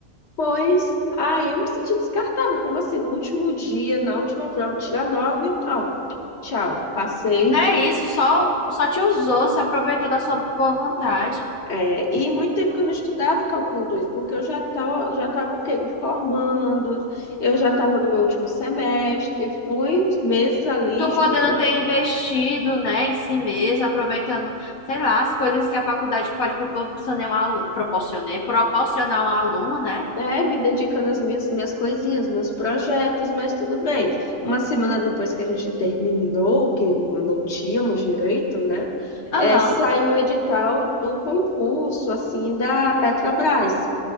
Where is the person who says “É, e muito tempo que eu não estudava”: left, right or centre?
Left